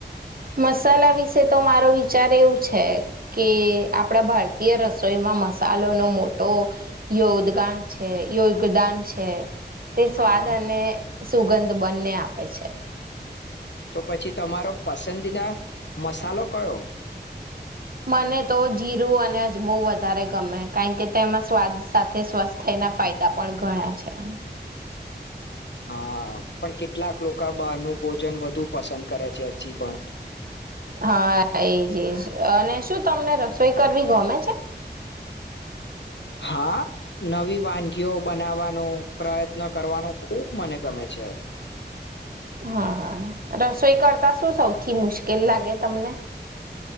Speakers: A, on the right (about 55°); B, on the left (about 80°).
A: મસાલા વિશે તો મારો વિચ ચાર એવું છે કે આપણા ભારતીય રસોઈમાં મસાલનો મોટો યોદગાણ છે યોગદાન છે. તે સ્વાદ
B: હા
A: અને સુગંધ બંને આપે છે.
B: તો પછી તમારો પસંદીદા મસાલો કયો
A: મને તો જીરું અને અજમો વધારે ગમે કારણ કે તેમાં સ્વાદ સાથે સ્વસ્થના ફાયદા પણ ઘણા છે એમ
B: હા પણ કેટલાક લોકા બહારનું ભોજન વધુ પસંદ કરે છે હજી પણ
A: હા એજ એજ અને શું તમને રસોઈ કરવી ગમે છે.
B: હા નવી વાનગીઓ બનાવવાનું પ્રયત્ન કરવાનું ખૂબ મને ગમે છે.
A: હા હા રસોઈ કરતા શું સૌથી મુશ્કેલ લાગે તમને